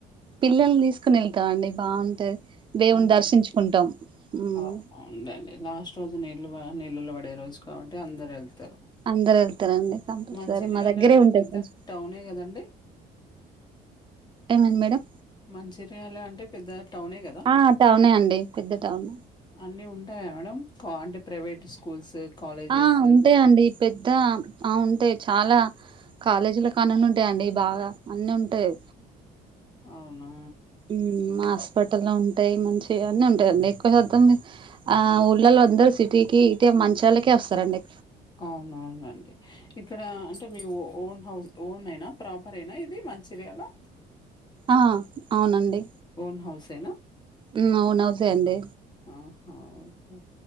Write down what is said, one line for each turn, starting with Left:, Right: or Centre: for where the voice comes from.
Right: పిల్లల్నీ తీసుకుని వెళ్తామండి బాగుంటది దేవుని
Left: అవును
Right: దర్శించుకుంటాం హ్మ్
Left: అవునుందండి లాస్ట్ రోజునె ఇల్ <unintelligible> పడే రోజు కాబట్టి అందరు వెల్తారు
Right: అందరు వెళ్తారండి కంపల్సరీ
Left: మంచిర్యాల
Right: మా దగ్గరే
Left: అంటే
Right: ఉంటే
Left: పెద్ద
Right: కొంచం
Left: టౌనే గదండీ?
Right: ఏమైంది మేడం
Left: మంచిర్యాల అంటే పెద్ద టౌనే కదా
Right: ఆ టౌనే అండి పెద్ద టౌన్
Left: అన్ని ఉ ఉంటాయ మేడం కాంట ప్రైవట్ స్కూల్స్ కాలేజెస్
Right: ఆ ఉంటా అండి పెద్ద ఆ ఉంటాయి చాలా కాలేజీలో కానీన్ని ఉంటాయండి బాగా అన్ని ఉంటాయి
Left: అవునా
Right: మ్మ్ మాస్పిటల్లో ఉంటాయి మ చెయన్నీ ఉంటాయిండి ఎక్కువ శాతం ఆ ఊళ్ళలో అందరు సిటీకి మంచిర్యాలకే వస్తారండి
Left: అవునవునండి ఇక్కడ అంటే మీ ఓన్ హౌస్ ఓన్ అయినా ప్రాపర్ యేన ఇది మంచిర్యాలో
Right: ఆ అవునండి
Left: ఓన్ హాౌస్ ఏనా
Right: హ్మ్. ఓన్ హౌసే అండి.
Left: ఆహా ఓకే